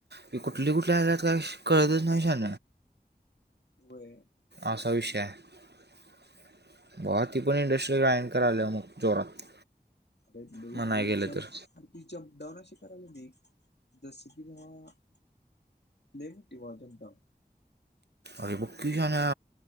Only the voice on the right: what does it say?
की कुठली कुठल्या आल्या काही कळतच नाही श
असा विषय आहे बवा ती पण इंडस्ट्रीला अँकर आले मग जोरात
म्हणाय
गेलं तर
अरे पकीीूश ना